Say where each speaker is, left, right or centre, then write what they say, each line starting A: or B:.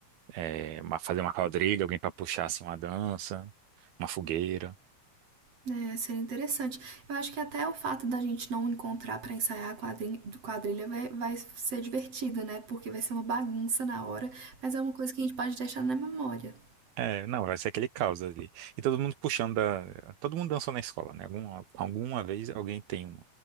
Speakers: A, on the right; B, on the right.
A: é, uma- fazer uma quadrilha, alguém para puxar assim uma dança, uma fogueira.
B: né? seria interessante. Eu acho que até o fato da gente não encontrar pra ensaiar a quadrin- quadrilha vai, vai ser divertido, né? Porque vai ser uma bagunça na hora, mas é uma coisa que a gente pode deixar na memória.
A: É, não, vai ser aquele caos ali. E todo mundo puxando da... Todo mundo dançou na escola, né? Alguma, alguma vez alguém tem um-